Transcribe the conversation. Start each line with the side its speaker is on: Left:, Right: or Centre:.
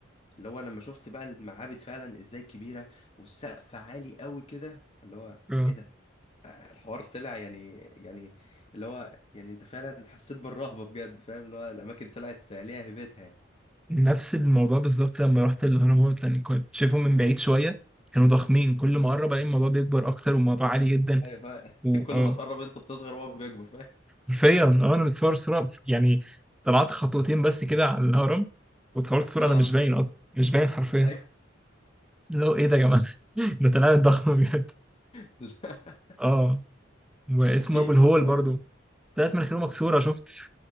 Left: اللي هو لما شفت بقى المعابد فعلا ازاي كبيره والسقف عالي قوي كده اللي هو
Centre: اه
Left: ايه ده آه، الحوار طلع يعني يعني اللي هو يعني انت فعلا حسيت بالرهبه بجد فاهم اللي هو الاماكن طلعت ليها هيبتها يعني
Centre: نفس الموضوع بالظبط لما رحت الهرمونات لان كنت شايفهم من بعيد شويه كانوا ضخمين كل ما اقرب الاقي الموضوع بيكبر اكتر والموضوع عالي جدا
Left: ايوه فاهم
Centre: واه
Left: <laughs> كل ما تقرب انت بتصغر وهو بيكبر فاهم
Centre: حرفيا اه انا متصور صوره يعني طلعت خطوتين بس كده على الهرم واتصورت صوره
Left: اه
Centre: انا مش باين اصلا مش باين حرفيا
Left: ايوه
Centre: لو ايه ده يا جماعه <laughs> ده طلعت ضخم بجد
Left: <laughs>
Centre: اه واسمه
Left: وفي
Centre: ابو
Left: برضو
Centre: الهول برضو طلعت مناخيره مكسوره شفت